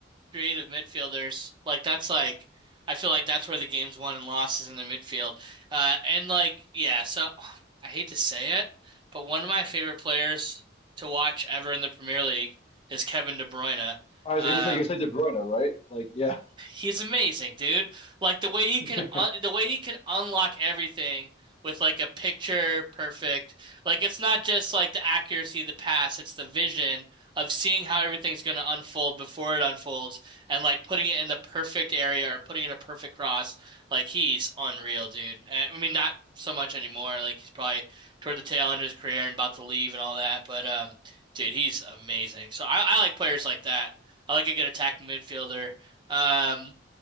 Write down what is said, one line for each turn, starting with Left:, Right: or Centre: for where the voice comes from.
Right: creative midfielders. Like that's like I feel like that's where the game's won and lost is in the midfield. Uh and like yeah, so <sighs> I hate to say it, but one of my favorite players to watch ever in the Premier League is Kevin De Bruyne.
Left: I was
Right: Um
Left: gonna say you said De Bruyne, right? Like yeah.
Right: He's amazing, dude. Like the way he
Left: <laughs>
Right: can uh, the way he can unlock everything with like a picture perfect. Like it's not just like the accuracy of the pass, it's the vision of seeing how everything's going to unfold before it unfolds and like putting it in the perfect area or putting in a perfect cross. Like he's unreal, dude. And, I mean not so much anymore. Like he's probably toward the tail end of his career and about to leave and all that, but um dude, he's amazing. So I, I like players like that. I like a good attacking midfielder. Um,